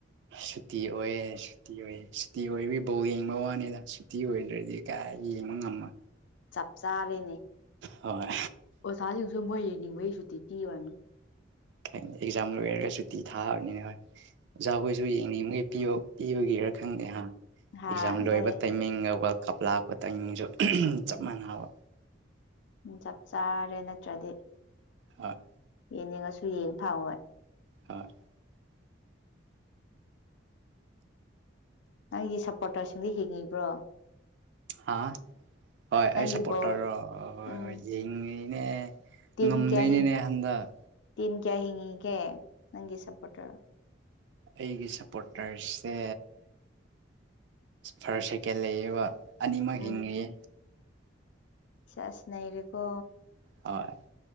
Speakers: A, on the right; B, on the left.
A: ꯁꯨꯇꯤ ꯑꯣꯏꯌꯦꯦ ꯁꯨꯇꯤ ꯑꯣꯏꯌꯦꯦ ꯁꯨꯇꯤ ꯑꯣꯏꯐꯧ ꯌꯦꯡꯕ ꯋꯥꯅꯤꯅ ꯁꯨꯇꯤ ꯑꯣꯏꯗ꯭ꯔꯗꯤ ꯀꯥꯏ ꯌꯦ ꯃꯃ
B: ꯆꯞ ꯆꯥꯔꯦꯅꯦ
A: ꯍꯣꯏ
B: ꯑꯣ ꯁꯥꯗꯁꯨ ꯃꯣꯏꯦꯅꯤꯕꯩꯁꯨꯇꯤ ꯀꯤ ꯋꯥꯅꯤ
A: ꯀꯩ ꯑꯦꯛꯖꯥꯝ ꯂꯣꯏꯔꯒ ꯁꯨꯇꯤ ꯊꯥꯕꯅꯤꯅ ꯍꯣꯏ ꯑꯣꯖꯥꯈꯣꯏꯁꯨ ꯌꯦꯡꯅꯤꯡꯕꯈꯩ ꯄꯤ ꯄꯤꯕꯒꯦꯔ ꯈꯪꯗꯦꯍꯥꯟ
B: ꯍꯥ
A: ꯑꯦꯛꯖꯥꯝ ꯂꯣꯏꯕ
B: ꯃꯣꯏ
A: ꯇꯥꯏꯃꯤꯡꯒ ꯋꯥꯋꯔꯜ ꯀꯞ ꯂꯥꯛꯄ ꯇꯪꯅꯤꯡꯁꯨ ꯆꯞ ꯃꯥꯟꯅꯕ
B: ꯎꯝ ꯆꯞ ꯆꯥꯔꯦ ꯅꯠꯇ꯭ꯔꯗꯤ
A: ꯍꯣꯏ
B: ꯌꯦꯅꯤꯡꯉꯁꯨ ꯌꯦꯡ ꯐꯋꯣꯏ
A: ꯍꯥ
B: ꯅꯪꯒꯤ ꯁꯞꯄꯣꯔꯇꯔꯁꯤꯡꯗꯣ ꯍꯤꯡꯉꯤꯕ꯭ꯔꯣ
A: ꯍꯥ ꯍꯣꯏ
B: ꯅꯪꯒꯤ
A: ꯑꯩ ꯁꯞꯄꯣꯔꯇꯔꯣ
B: ꯕꯣꯜ
A: ꯍꯣꯏ
B: ꯎꯝ
A: ꯍꯣꯏ ꯌꯦꯡꯉꯤꯅꯦ
B: ꯇꯤꯝ
A: ꯉꯝꯗꯣꯏꯅꯤꯅꯦ
B: ꯀꯌꯥ ꯍꯤꯡ
A: ꯍꯟꯗꯛ
B: ꯇꯤꯝ ꯀꯌꯥ ꯍꯤꯉꯒ ꯅꯪꯒꯤ ꯁꯄꯣꯔꯇꯔ
A: ꯑꯩꯒꯤ ꯁꯞꯄꯣꯔꯇꯔꯁꯦ ꯐꯥꯔꯁ ꯁꯦꯀꯦꯟ ꯂꯩꯌꯦꯕ ꯑꯅꯤꯃꯛ
B: ꯎꯝ
A: ꯍꯤꯡꯉꯤꯦ
B: ꯁꯦꯁ ꯅꯩꯔꯦꯀꯣ
A: ꯍꯣꯏ